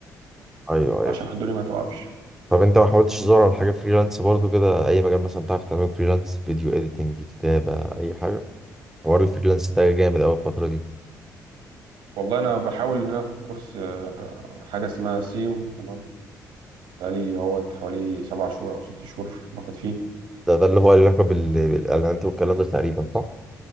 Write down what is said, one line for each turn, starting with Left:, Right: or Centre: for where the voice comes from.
Centre: ايوه ايوه
Right: عشان الدنيا ما توقفش
Centre: طب انت ما حاولتش تدور على حاجة فريلانس برضه كده اي مجال مثلا تعرف تعمله فريلانس فيديو اديتنج كتابة اي حاجة حوار الفريلانس ده جامد قوي الفترة دي
Right: والله انا بحاول ان انا اخد كورس آه، حاجه اسمها سيو تمام بقالي هو حوالي سبع شهور او ست شهور باخد فيه
Centre: ده ده اللي هو له علاقة بال- بالاعلانات والكلام ده تقريبا صح